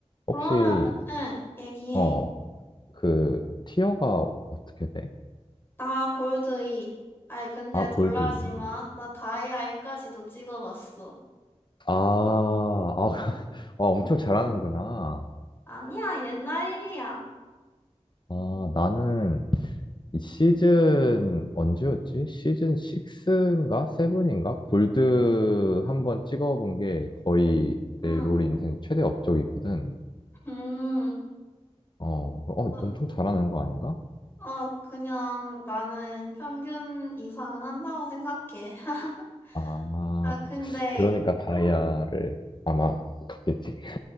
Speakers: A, on the left; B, on the left.
A: 혹시
B: 그러면은, 응, 얘기해.
A: 어, 그 티어가 어떻게 돼?
B: 나 골드 이 아이, 근데
A: 아, 골드
B: 놀라지
A: 2.
B: 마. 나 다이아 이까지도 찍어봤어.
A: 아, 아, <laughs> 아, 엄청 잘하는구나.
B: 아니야, 옛날 일이야.
A: 아, 나는 이 시즌 언제였지? 시즌 6인가? 7인가? 골드 한 번 찍어본 게 거의 내
B: 응,
A: 롤 인생 최대 업적이거든.
B: 음.
A: 어, 어,
B: 어,
A: 엄청 잘하는 거 아닌가?
B: 어, 그냥 나는 평균 이상은 한다고 생각해. <laughs>
A: 아,
B: 아, 근데,
A: 그러니까 다이아를
B: 응,
A: 아마 갔겠지?